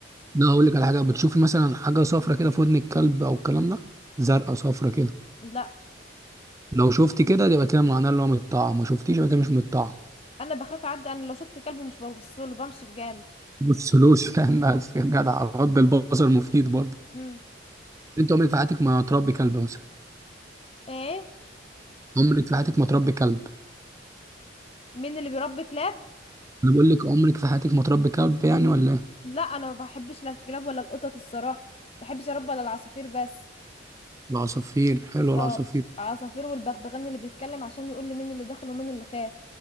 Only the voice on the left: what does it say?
لا
انا بخاف اعدي انا لو شفت كلب مش ببصله بمشي بجامد
هم.
ايه
مين اللي بيربي كلاب
لا انا ما بحبش لا الكلاب ولا القطط الصراحه ما بحبش اربي الا العصافير بس
اه عصافير والبغبغان اللي بيتكلم عشان يقول لي مين اللي داخل ومين اللي خارج